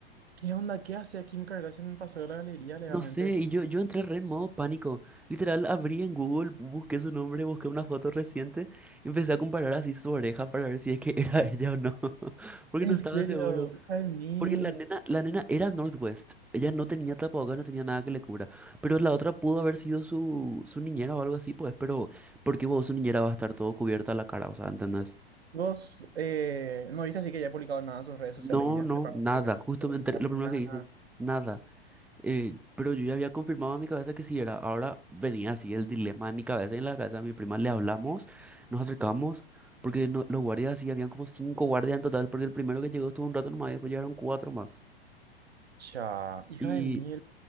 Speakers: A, on the right; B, in the centre.
A: ¿Qué onda? ¿Qué hacía Kim Kardashian en el Paseo de la Galería legalmente?
B: No sé, y yo, yo entré re en modo pánico. Literal, abrí en Google, busqué su nombre, busqué una foto reciente, y empecé a comparar así su oreja para ver si es que era <laughs> ella o no, <laughs> porque
A: En
B: no estaba
A: serio,
B: seguro.
A: hija de mil.
B: Porque la nena, la nena era Northwest. Ella no tenía tapabocas, no tenía nada que le cubra. Pero la otra pudo haber sido su, su niñera o algo así, pues. Pero, ¿por qué vos, su niñera va a estar todo cubierta la cara? O sea, ¿entendés?
A: Vos, eh, no viste así que ya ha publicado nada en sus redes
B: No,
A: sociales y ya.
B: no,
A: De pago,
B: nada.
A: creo que.
B: Justo me enteré- lo primero
A: Nada,
B: que dicen,
A: nada.
B: nada. Eh, pero yo ya había confirmado en mi cabeza que sí era. Ahora venía así el dilema en mi cabeza. En la casa de mi prima le hablamos, nos acercamos. Porque no- los guardias sí, habían como cinco guardias en total. Porque el primero que llegó estuvo un rato nomás y después llegaron cuatro más.
A: Cha, hija
B: Y.
A: de mil.